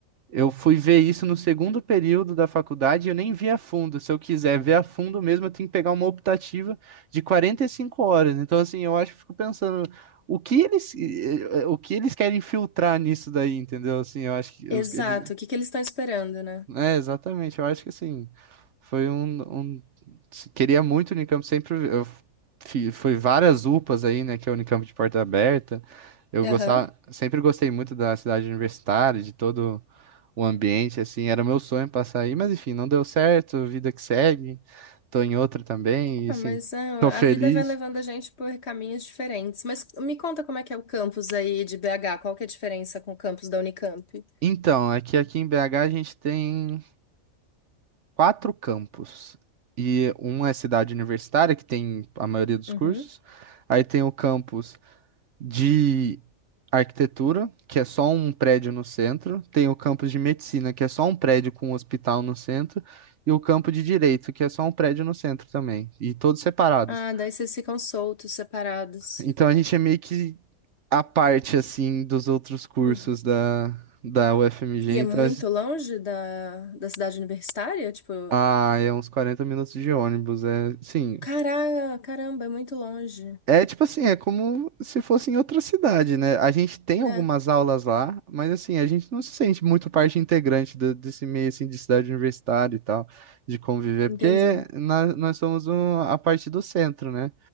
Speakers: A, on the right; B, on the left.
A: Eu fui ver isso no segundo período da faculdade e eu nem vi a fundo. Se eu quiser ver a fundo mesmo, eu tenho que pegar uma optativa de 45 horas. Então, assim, eu acho que fico pensando o que eles, eh, eh, o que eles querem filtrar nisso daí, entendeu? Assim, eu acho que
B: Exato,
A: os- eles.
B: o que que eles estão esperando, né?
A: É, exatamente. Eu acho que assim, foi um, um- Queria muito o Unicamp, sempre. Eu fi- fui várias UPAs aí, né? Que é o Unicamp de porta aberta. Eu
B: Aham.
A: gostava, sempre gostei muito da cidade universitária, de todo o ambiente, assim, era meu sonho passar aí, mas enfim, não deu certo, vida que segue, tô em outra também, e
B: Ah,
A: assim,
B: mas é, a
A: tô feliz.
B: vida vai levando a gente por caminhos diferentes. Mas me conta como é que é o campus aí de BH, qual que é a diferença com o campus da Unicamp?
A: Então, é que aqui em BH a gente tem quatro campos, e um é cidade universitária, que tem a maioria dos
B: Uhum.
A: cursos, aí tem o campus de arquitetura, que é só um prédio no centro, tem o campus de medicina, que é só um prédio com um hospital no centro, e o campo de direito, que é só um prédio no centro também, e todos separados.
B: Ah, daí vocês ficam soltos, separados.
A: Então a gente é meio que à parte, assim, dos outros cursos
B: Uhum.
A: da, da UFMG.
B: E é
A: Então,
B: muito longe da, da cidade universitária? Tipo,
A: a ah, é uns 40 minutos de ônibus. É, sim,
B: cará, caramba, é muito longe,
A: É tipo assim, é como se fosse em outra cidade, né? A gente tem
B: né?
A: algumas aulas lá, mas assim, a gente não se sente muito parte integrante de- desse meio assim de cidade universitária e tal, de conviver,
B: Entendi.
A: porque nós, nós somos um- a parte do centro, né?